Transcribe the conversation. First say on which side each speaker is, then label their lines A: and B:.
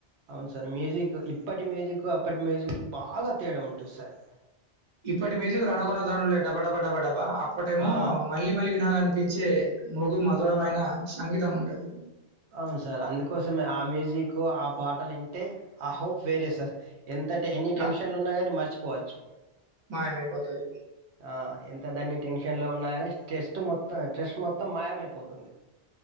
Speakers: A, on the right; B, on the right.
A: అవును సార్ మ్యూజిక్ ఇప్పటి మ్యూజిక్ అప్పటి మ్యూజిక్ బాగా తేడా ఉంటది సార్.
B: ఇప్పటి మ్యూజిక్ రనుకొన్నధానం లేటప టప టప టపా. అప్పటేమో
A: ఆ
B: మళ్ళీ మళ్ళీ వినాలని. పించే. మృధు మధురమైన
A: ఆ
B: సంగీతం ఉం. అదే
A: అవును సార్ అందుకోసమే ఆ మ్యూజిక్ ఆ పాటలు వింటే ఆ హోప్ వేరే సార్. ఎంత టే ఎన్ని టెన్షన్లు
B: ఆ!
A: ఉన్నా కానీ మర్చీ. పోవచ్చు.
B: మాయమైపోతది.
A: ఆహ్ ఎంత దండి టెన్షన్ లో ఉన్నా కాని స్ట్రెస్ట్ మొత్తం స్ట్రెస్ మొత్తం మాయమైపోతుంది.